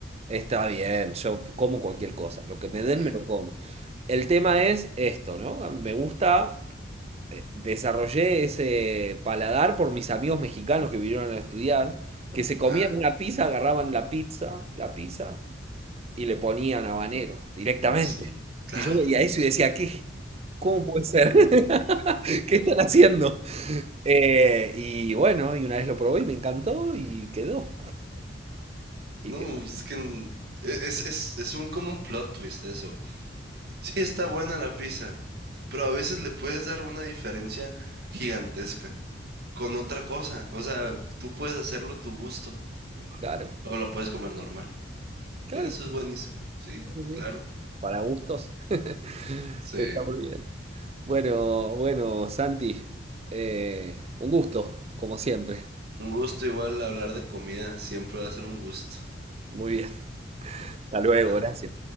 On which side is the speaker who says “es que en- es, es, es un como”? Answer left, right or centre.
Right